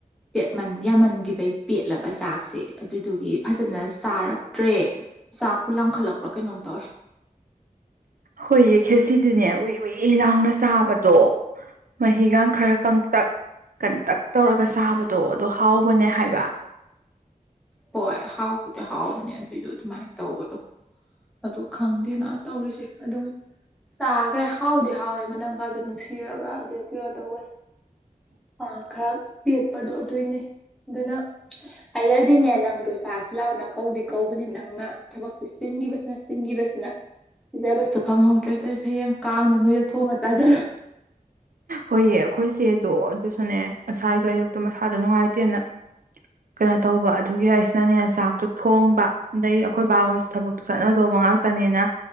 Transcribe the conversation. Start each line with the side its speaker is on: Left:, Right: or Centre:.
Centre: ꯄꯦꯠꯃꯟ ꯌꯥꯝꯃꯟꯈꯤꯕꯩ ꯄꯦꯠꯂꯕ ꯆꯥꯛꯁꯦ ꯑꯗꯨꯗꯨꯒꯤ ꯐꯖꯅ ꯆꯥꯔꯛꯇ꯭ꯔꯦ ꯆꯥꯛꯄꯨ ꯂꯥꯝꯈꯠꯂꯛ ꯄ꯭ꯔ ꯀꯩꯩꯅꯣꯝ ꯇꯧꯋꯦ
Right: ꯍꯣꯏꯌꯦ ꯈꯦꯁꯤꯗꯤꯅꯦ ꯎꯏ ꯎꯏ ꯂꯥꯎꯅ ꯆꯥꯕꯗꯣ ꯃꯍꯤꯒ ꯈꯔ ꯀꯪꯇꯛ ꯀꯟꯇꯛ ꯇꯧꯔꯒ ꯆꯥꯕꯗꯣ ꯑꯗꫭ ꯍꯥꯎꯕꯅꯦ ꯍꯥꯏꯕ
Centre: ꯍꯣꯏ ꯍꯥꯎꯕꯗꯤ ꯍꯥꯎꯕꯅꯦ ꯑꯗꯨꯏꯗꯣ ꯑꯗꯨꯃꯥꯏꯅ ꯇꯧꯕꯗꯣ ꯑꯗꯣ ꯈꯪꯗꯦꯅ ꯇꯧꯔꯤꯁꯦ ꯑꯗꯨꯝ ꯆꯥꯒ꯭ꯔꯦ ꯍꯥꯎꯗꯤ ꯍꯥꯎꯋꯦ ꯃꯅꯝꯒ ꯗꯨ ꯅꯨꯡꯁꯤꯔꯒ ꯑꯗꯨ ꯀꯩꯅꯣ ꯇꯧꯋꯦ ꯑ ꯈꯔ ꯄꯦꯠꯄꯗꯣ ꯑꯗꯨꯏꯅꯦ ꯑꯗꯨꯅ ꯑꯌꯥꯏ ꯁꯤꯅꯦ ꯅꯪꯗꯣ ꯆꯁꯤ ꯂꯥꯎꯅ ꯀꯧꯗꯤ ꯀꯧꯕꯅꯦ ꯅꯪꯅ ꯊꯕꯛꯁ ꯆꯤꯟꯈꯤꯕꯁꯤꯅ ꯆꯤ ꯕꯁꯅ ꯖꯦ ꯑꯔ ꯑꯦꯐ ꯐꯪꯍꯧꯗ꯭ꯔꯦ ꯇꯧꯁꯦ ꯍꯌꯦꯡ ꯀꯥꯡꯅ ꯅꯣꯏꯗ ꯊꯣꯛꯂꯑꯁꯤ <unintelligible>
Right: ꯍꯣꯏꯌꯦ ꯑꯩꯈꯣꯏꯁꯦꯗꯣ ꯑꯗꯨꯁꯨꯅꯦ ꯉꯁꯥꯏꯗꯣ ꯑꯌꯨꯛꯇꯣ ꯃꯁꯥꯗꯣ ꯅꯨꯡꯉꯥꯏꯇꯦꯅ ꯀꯩꯅꯣ ꯇꯧꯕ ꯑꯗꯨꯒꯤ ꯍꯥꯏꯁꯤꯅꯅꯦ ꯆꯥꯛꯇꯣ ꯊꯣꯡꯕ ꯑꯗꯩ ꯑꯩꯈꯣꯏ ꯕꯥ ꯍꯣꯏꯁꯨ ꯊꯕꯛꯇꯨ ꯆꯠꯅꯗꯧꯕ ꯉꯥꯛꯇꯅꯤꯅ